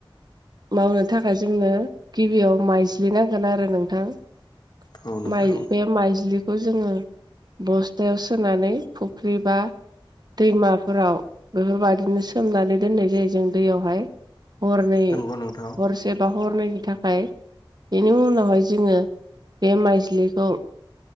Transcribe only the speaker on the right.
मावनो थाखाय जोंनो गिबियाव माइज्लि नांगोन आरो नोंथां ।
माइ बे माइज्लि बेखौ जोङो बस्थायाव सोनानै फुख्रि बा दैमाफोराव बेफोरबायदिनो सोमनानै दोननाय जायो जों दैयावहाय । हरनै
हरसे बा हरनैनि थाखाय बाय बेनि उनावहाय जोङो बे माइस्लिखौ